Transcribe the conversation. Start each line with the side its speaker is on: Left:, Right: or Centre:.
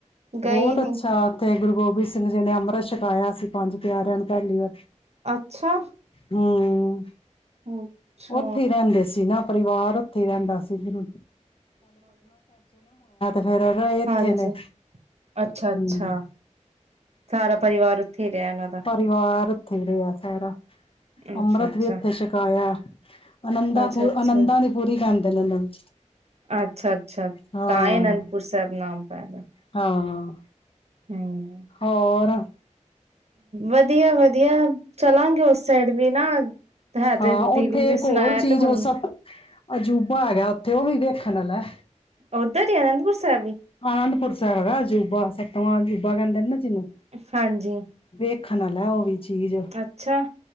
Right: ਗਈ
Left: ਬਹੁਤ
Right: ਨੀ
Left: ਅੱਛਾ ਉੱਥੇ ਗੁਰੂ ਗੋਬਿੰਦ ਸਿੰਘ ਜੀ ਨੇ ਅੰਮ੍ਰਿਤ ਛਕਾਇਆ ਪੰਜ ਪਿਆਰਿਆਂ ਨੂੰ ਪਹਿਲੀ ਵ
Right: ਅੱਛਾ
Left: ਹਾਂ
Right: ਅੱਛਾ
Left: ਉੱਥੇ ਹੀ ਰਹਿੰਦੇ ਸੀ ਨਾ ਪਰਿਵਾਰ ਉੱਥੇ ਰਹਿੰਦਾ ਸੀ ਨਾ ਫੇਰ ਰਹੇ ਇੱਥੇ
Right: ਹਾਂਜੀ
Left: ਨੇ
Right: ਅੱਛਾ ਅੱਛਾ
Left: ਹਮ
Right: ਸਾਰਾ ਪਰਿਵਾਰ ਉੱਥੇ ਹੀ ਰਹਿਣਾ
Left: ਪਰਿਵਾਰ ਪਰ ਉੱਥੇ ਹੀ ਰਿਆ ਸਾਰਾ
Right: ਅੱਛਾ
Left: ਅੰਮ੍ਰਿਤ
Right: ਅੱਛਾ
Left: ਵੀ ਉੱਥੇ ਛਕਾਇਆ ਅਨੰਦਾਂ
Right: ਅੱਛਾ
Left: ਪੁਰ
Right: ਅੱਛਾ
Left: ਅਨੰਦਾਂ ਦੀ ਪੂਰੀ ਕਰਦੇ ਨੇ ਨੂੰ
Right: ਅੱਛਾ ਅੱਛਾ
Left: ਹਾਂ
Right: ਤਾਂ ਹੀ ਅਨੰਦਪੁਰ ਸਾਹਿਬ ਨਾਮ ਪੈਦਾ
Left: ਹਾਂ ਹ
Right: ਹਮ
Left: ਹੋਰ
Right: ਵਧੀਆ ਵਧੀਆ ਚਲਾਂਗੇ ਉਸ ਸਾਈਡ ਵੀ ਨਾ ਹੈ
Left: ਹਾਂ
Right: ਤੇ ਦਿਲ
Left: ਉੱਥੇ
Right: ਦੀ
Left: ਇੱਕ ਹੋਰ
Right: ਸੁਣਾਇਆ
Left: ਚੀਜ਼
Right: ਤੇ ਹੁਣ
Left: ਉਹ ਸਬ ਅਜੂਬਾ ਹੈਗਾ ਉੱਥੇ ਉਹ ਵੀ ਵੇਖਣ ਵਾਲਾ
Right: ਉੱਧਰ ਹੀ ਅਨੰਦਪੁਰ ਸਾਹਿਬ ਵੀ
Left: ਅਨੰਦਪੁਰ ਸਾਰਾ ਅਜੂਬਾ ਸੱਤਵਾਂ ਅਜੂਬਾ ਕਹਿੰਦੇ ਨਾ ਜਿਹਨੂੰ
Right: ਹਾਂਜੀ,
Left: ਵੇਖਣ ਆਲੈ ਉਹ ਵੀ ਚੀਜ਼
Right: ਅੱਛਾ